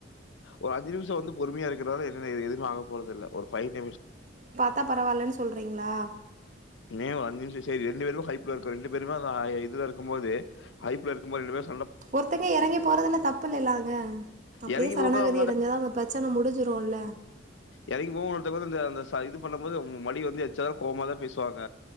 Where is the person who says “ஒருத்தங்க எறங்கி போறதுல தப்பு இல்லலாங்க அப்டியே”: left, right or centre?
Right